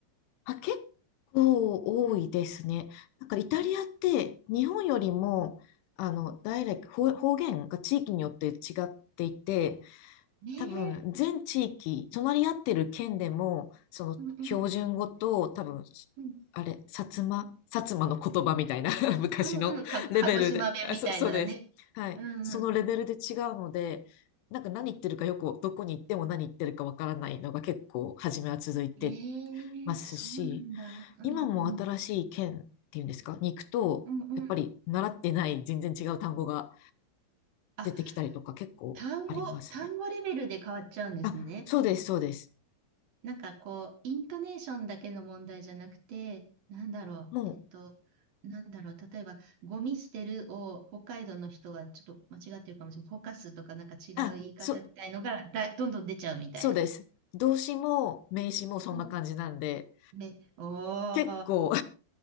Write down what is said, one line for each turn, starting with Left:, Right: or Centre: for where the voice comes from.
Left: あ、結構多いですね。なんかイタリアって日本よりも、あの、ダイレクト、方方言が地域によって違っていて、
Right: ねえ。
Left: 多分、全地域、隣り合ってる県でも、その標準語と、
Right: うんうん。
Left: 多分、
Right: うん
Left: あれ、薩摩、薩摩の言葉みたいな <laughs> 昔のレベルで、
Right: うんうん。か、鹿児島弁みたいなね。
Left: あ、そ、そうです。はい。
Right: うんうん。
Left: そのレベルで違うので、なんか何言ってるかよく、どこに行っても何言ってるかわからないのが結構、初めは続いて
Right: ええそうなんだ。
Left: ますし、
Right: うんうん。
Left: 今も新しい県っていうんですか、に行くと、
Right: うんうん。
Left: やっぱり習ってない全然違う単語が
Right: あ、
Left: 出てきたりとか結構ありますね。
Right: 単語、単語レベルで変わっちゃうんですね。
Left: あ、そうです、そうです。
Right: なんかこう、イントネーションだけの問題じゃなくて、なんだろう、
Left: もう、
Right: えっと、なんだろう、例えば、ゴミ捨てるを北海道の人はちょっと間違ってるかもしれない。ほかすとかなんか違う言い方みたいのがだ、
Left: あ、そ、
Right: どんどん出ちゃうみたいな。
Left: そうです。動詞も名詞もそんな感じなんで、
Right: うん。ね、お
Left: 結構、
Right: ー、